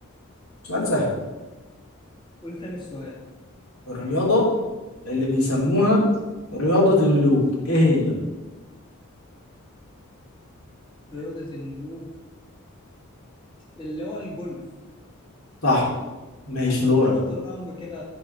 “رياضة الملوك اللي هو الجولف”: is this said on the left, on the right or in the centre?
Left